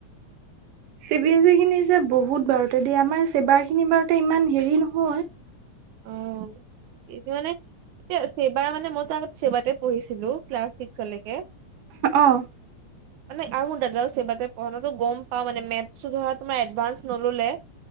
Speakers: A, on the right; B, on the right.
A: চি বিএছ ই খিনি যে বহুত বাৰতে দিয়ে, আমাৰ ছেবাৰ খিনি বাৰতে ইমান হেৰি নহয়।
B: অ', এইটো মানে, ছেবাৰ মানে মইতো আগতে ছেবাতে পঢ়িছিলো ক্লাছ ছিক্সলৈকে।
A: অ',
B: মানে আউ সেবাতে পঢ়া ন, ত' গম পাওঁ মানে মেথছ ধৰা তোমাৰ এডভানস নল'লে,